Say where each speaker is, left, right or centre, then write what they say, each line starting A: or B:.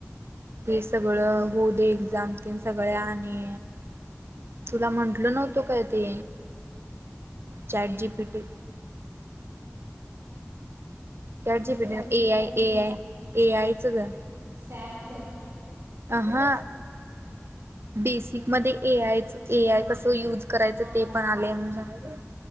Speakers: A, on the right; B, on the right.
A: हे सगळं होऊ दे एक्झाम तन सगळ्या आणि तुला म्हंटल नव्हतं काय ते चॅट जीपीटी चॅट
B: जीपीटीचं
A: जीपीटी ए
B: काय
A: आय ए आय ए आयच ग
B: सॅप
A: आहा बेसिक
B: हम्म
A: मध्ये ए आयच ए आय कसं युज करायचं
B: हा
A: ते
B: हा
A: पण
B: हा
A: आलंय आता